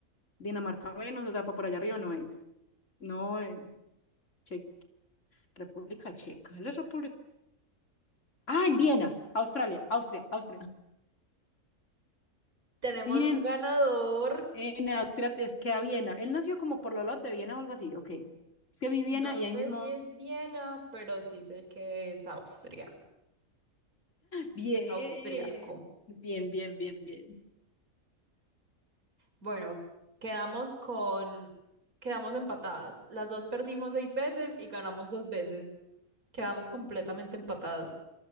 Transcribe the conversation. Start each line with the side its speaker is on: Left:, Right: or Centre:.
Left: Dinamarca menos, o sea, para por allá arriba no es. No, eh, Che República Checa, la República. Ah, en Viena, Australia, Austria, Austria.
Right: tenemos
Left: Sí, en,
Right: un ganador.
Left: en Austria es que a Viena. Él nació como por los lados de Viena o algo así, ok. Es que vi Viena
Right: No
Left: y
Right: sé
Left: ahí mismo.
Right: si es Viena, pero sí sé que es Austria.
Left: Bien,
Right: Es austriaco.
Left: bien, bien, bien, bien.
Right: Bueno, quedamos con... Quedamos empatadas. Las dos perdimos seis veces y ganamos dos veces. Quedamos completamente empatadas.